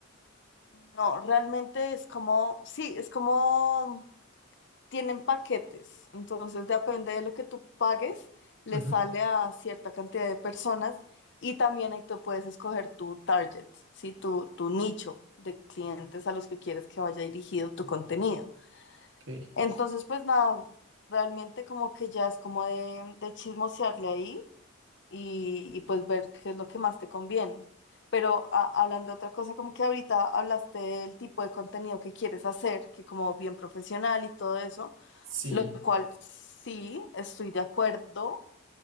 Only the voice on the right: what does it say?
Ujú,
ok.
Sí.